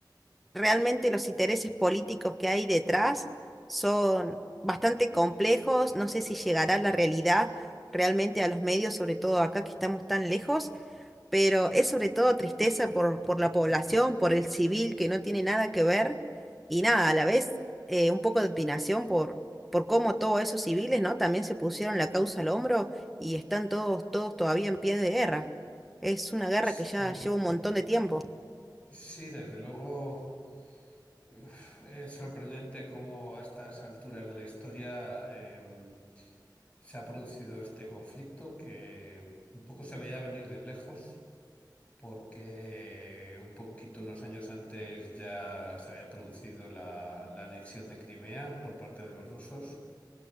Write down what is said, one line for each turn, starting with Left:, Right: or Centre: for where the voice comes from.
Centre: Realmente los intereses políticos que hay detrás son bastante complejos. No sé si llegará la realidad realmente a los medios, sobre todo acá que estamos tan lejos pero es sobre todo tristeza por, por la población, por el civil que no tiene nada que ver y nada, a la vez eh, un poco de opinación por, por cómo todos esos civiles, ¿no? También se pusieron la causa al hombro y están todos, todos todavía en pie de guerra. Es una guerra
Left: Sí,
Centre: que ya lleva un montón de tiempo.
Left: sí, desde luego uf, es sorprendente cómo a estas alturas de la historia em, se ha producido este conflicto que un poco se veía venir de lejos. porque un poquito unos años antes ya se había producido la, la anexión de Crimea por parte de los rusos